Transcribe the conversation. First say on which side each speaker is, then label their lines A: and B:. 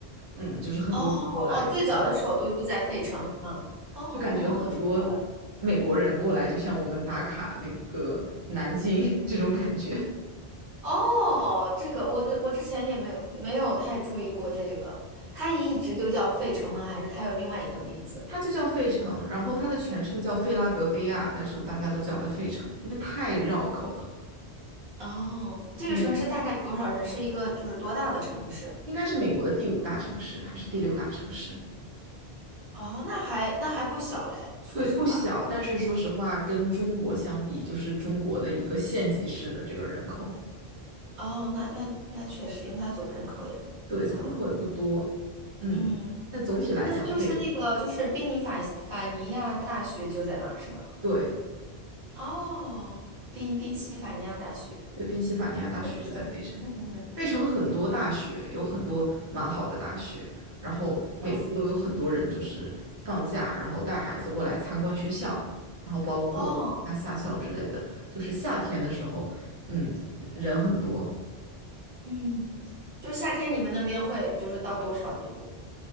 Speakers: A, on the right; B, on the right.
A: 嗯，就是很多人过来，
B: 哦哦，最早的首都就在费城是吗？
A: 像
B: 哦，
A: 就感觉很多
B: 这个我还。
A: 美国人过来，就像我们打卡那个南京 <laughs> 这种感觉。
B: 哦，这个我对我之前也没有没有太注意过这个，它一直都叫费城吗？还是它有另外一个名字？
A: 它就叫费城，然后它的全称叫费拉德菲亚，但是我们大家都叫它费城，因为太绕口了。
B: 哦，这个城市大概有多少人？
A: 嗯，
B: 是一个就是多大的城市？
A: 应该是美国的第五大城市还是第六大城市？
B: 哦，那还那还不小嘞，说实话。
A: 对，不小，但是说实话，跟中国相比，就是中国的一个县级市的这个人口，
B: 哦，那那那确实，因为它总人口也也没有那么，
A: 对，总人口也不多。嗯，
B: 嗯，
A: 但总体来讲，
B: 那就是那个就是宾尼法法尼亚大学就在那儿是吗？
A: 费城，对，
B: 哦，宾宾夕法尼亚大学。
A: 对，宾夕法尼亚大学就在费城。
B: 这个学校嗯嗯，嗯
A: 费城很多大学，
B: 这个
A: 有很多蛮好的大学，然后每次都有很多人就是放假，
B: 哦
A: 然后带孩子过来参观学校，然后包括啊夏校之类的，
B: 哦。
A: 就是夏天的时候，嗯，人很多，
B: 嗯，就夏天你们那边会就是到多少度？